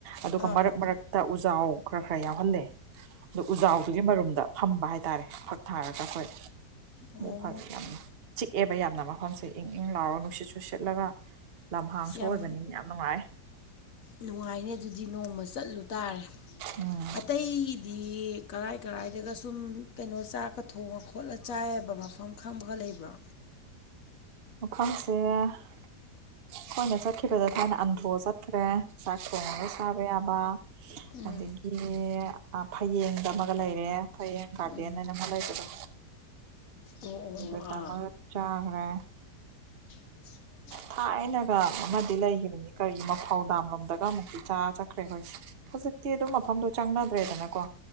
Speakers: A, on the right (about 45°); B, on the left (about 60°).
A: ꯑꯗꯨꯒ
B: ꯑꯥ
A: ꯃꯔꯛ ꯃꯔꯛꯇ ꯎꯖꯥꯎ ꯈꯔ ꯈꯔ ꯌꯥꯎꯍꯜꯂꯦ ꯑꯗꯨ ꯎꯖꯥꯎꯗꯨꯒꯤ ꯃꯔꯨꯝꯗ ꯐꯝꯕ ꯍꯥꯏꯇꯥꯔꯦ ꯐꯛ ꯊꯥꯔꯒ ꯑꯩꯈꯣꯏ
B: ꯑꯣ
A: ꯑ ꯐꯔꯦ ꯌꯥꯝ ꯆꯤꯛꯑꯦꯕ ꯌꯥꯝꯅ ꯃꯐꯝꯁꯦ ꯏꯪ ꯏꯪ ꯂꯥꯎꯔꯒ ꯅꯨꯡꯁꯤꯠꯁꯨꯁꯤꯠꯂꯒ ꯂꯝꯍꯥꯡꯁꯨ
B: ꯌꯥꯝ
A: ꯑꯣꯏꯕꯅꯤꯅ ꯌꯥꯝ ꯅꯨꯡꯉꯥꯏ
B: ꯅꯨꯡꯉꯥꯏꯅꯦ ꯑꯗꯨꯗꯤ ꯅꯣꯡꯃ ꯆꯠꯂꯨ ꯇꯥꯔꯦ
A: ꯎꯝ
B: ꯑꯇꯩꯗꯤ ꯀꯔꯥꯏ ꯀꯔꯥꯏꯗꯒ ꯁꯨꯝ ꯀꯩꯅꯣ ꯆꯥꯛꯀ ꯊꯣꯡꯉ ꯈꯣꯠꯂ ꯆꯥꯏꯕ ꯃꯐꯝ ꯈꯪꯕꯒ ꯂꯩꯕ꯭ꯔꯣ
A: ꯑꯣꯀꯁꯦ ꯑꯩꯈꯣꯏꯅ ꯆꯠꯈꯤꯕꯗ ꯊꯥꯏꯅ ꯑꯟꯗ꯭ꯔꯣ ꯆꯠꯈ꯭ꯔꯦ ꯆꯥꯛ ꯊꯣꯡꯒ ꯆꯥꯕ ꯌꯥꯕ
B: ꯎꯝ
A: ꯑꯗꯒꯤ ꯐꯌꯦꯡꯗ ꯑꯃꯒ ꯂꯩꯔꯦ ꯐꯌꯦꯡ ꯒꯥꯔꯗꯦꯟ
B: ꯎꯝ
A: ꯍꯥꯏꯅ ꯑꯃ ꯂꯩꯕꯗꯣ
B: ꯑꯣ ꯑꯣ ꯑꯣ
A: ꯏ ꯇ
B: ꯑꯥ
A: ꯃ ꯆ꯭ꯔꯦ
B: ꯎꯝ
A: ꯊꯥꯏꯅꯒ ꯑꯃꯗꯤ ꯂꯩꯈꯤꯕꯅꯤ ꯀꯔꯤꯒꯤ ꯃꯐꯧ ꯗꯥꯝꯔꯣꯝꯗꯒ ꯑꯃꯨꯛꯇꯤ ꯆꯥ ꯆꯠꯈ꯭ꯔꯦ ꯍꯣꯏꯁꯦ ꯍꯧꯖꯤꯛꯇꯤ ꯑꯗꯨꯝ ꯃꯐꯝꯗꯣ ꯆꯪꯅꯗ꯭ꯔꯦꯗꯅꯀꯣ